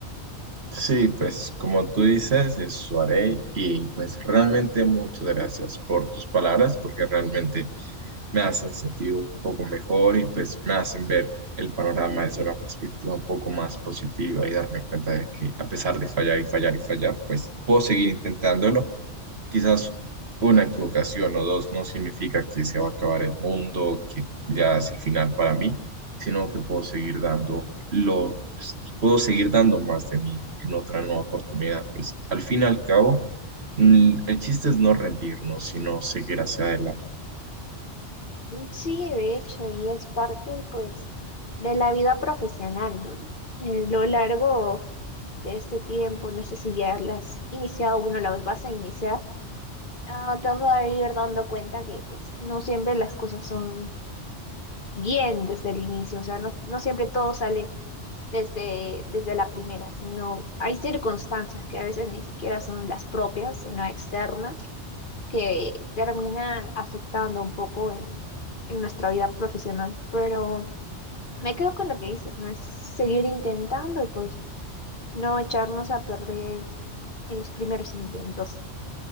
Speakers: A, on the right; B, on the left.
A: Sí, pues como tú dices, eso haré y pues realmente muchas gracias por tus palabras porque realmente me hacen sentir un poco mejor y pues me hacen ver el panorama desde una perspectiva un poco más positiva y darme cuenta de que a pesar de fallar y fallar y fallar, pues puedo seguir intentándolo Quizás una equivocación o dos no significa que se va a acabar el mundo, que ya es el final para mí, sino que puedo seguir dando lo, puedo seguir dando más de mí en otra nueva oportunidad. Pues al fin y al cabo, mm, el chiste es no rendirnos, sino seguir hacia adelante.
B: Sí, de hecho, y es parte, pues, de la vida profesional, ¿no? Eh, lo largo de este tiempo, no sé si ya las has iniciado o no las vas a iniciar, ah, te vas a ir dando cuenta que, pues, no siempre las cosas son bien desde el inicio, o sea, no, no siempre todo sale desde, desde la primera, sino hay circunstancias que a veces ni siquiera son las propias, sino externas, que terminan afectando un poco en, en nuestra vida profesional. Pero me quedo con lo que dices, ¿no? Es seguir intentando y pues no echarnos a perder en los primeros intentos.